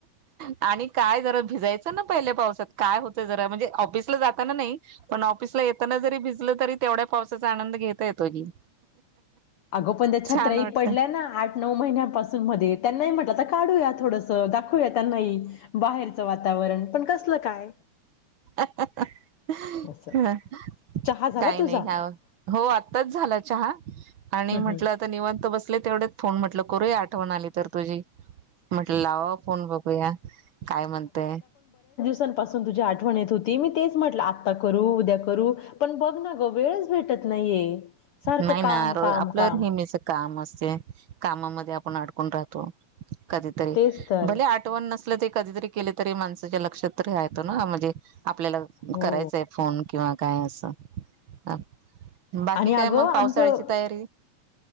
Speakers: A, on the right; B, on the left.
A: आणि काय जरा भिजायचं पहिल्या पावसात काय होतंय जरा म्हणजे ऑफीस ला जातानांनाही पण ऑफीस येताना भिजलो तरीते. तेवढ्या पावसाचा आनंद घेता येतो की <inaudible>
B: अगो पण त्या छत्र्याहीं
A: छान वाटत
B: पडल्या ना आठ नऊ महिन्यापासून मध्ये त्यांना म्हटलं आता काढूया थोडस. दाखऊया त्यांना बाहेरच वातावरण पण कसलं काय?
A: अ <inaudible>
B: असं
A: ह <unintelligible>
B: चहा झाला
A: काय
B: तुझा
A: नाही
B: हम्म
A: हो आताच झाला चहा. आणि म्हटलं
B: हम्म
A: आता निवांत बसले तेवढेत फोन म्हटल करूया आठवण आली तर तुझी म्हटलं लावावा फोन बघूया काय म्हणतय
B: झ <unintelligible> पासून तुजी आठवण येत होती मी तेच म्हणलं आता करू उद्या करू पण बघ ना ग वेळच भेटत. त <unintelligible> नाहीये. सारखं
A: नाही ना
B: काम
A: <unintelligible>
B: काम
A: आपल्यावर
B: काम
A: नेहमीच काम असत. <unintelligible> कामामध्ये आपण अडकून राहतो कधीतरी
B: तेच तर
A: भले आठवण नस ते <unintelligible> कधीतरी केले तरी माणसाच्या लक्षातरीेतो <unintelligible> ना म्हणजे आपल्याला
B: हो
A: करायचंय फोन किंवा काय असं बाकी
B: आणि
A: ठिकआहे
B: अगं
A: मग
B: आमचं
A: पावसाळ्याची तयारी